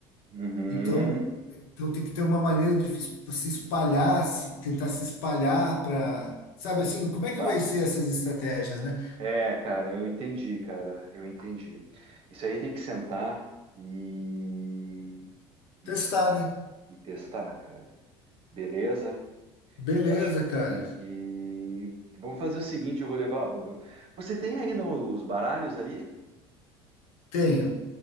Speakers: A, on the right (about 50°); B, on the left (about 80°).
A: Uhum.
B: então, então tem que ter uma maneira de es- se espalhar, se, tentar se espalhar para, sabe assim, como é que
A: Tá.
B: vai ser essas estratégias, né?
A: É, cara, eu entendi, cara, eu entendi. Isso aí tem que sentar e, e,
B: Testar, né?
A: e testar, cara. Beleza?
B: Beleza,
A: que eu acho que,
B: cara.
A: que, que- Vamos fazer o seguinte, eu vou levar. Você tem ainda os baralhos aí?
B: Tenho,